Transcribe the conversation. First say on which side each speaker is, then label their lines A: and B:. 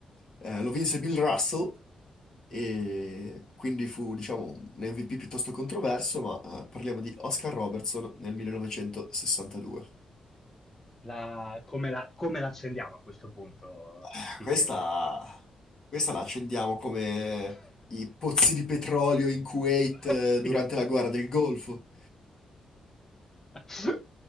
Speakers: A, on the left; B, on the left.
A: Eh, lo vinse Bill Russell, e quindi fu, diciamo, un MVP piuttosto controverso, ma eh, parliamo di Oscar Robertson nel 1962.
B: La- come la come l'accendiamo a questo punto,
A: Ah,
B: ti
A: Questa,
B: chiedo.
A: questa la accendiamo come
B: <laughs>
A: i pozzi di petrolio in Kuwait eh,
B: Oddio.
A: durante la guerra del Golfo.
B: <laughs>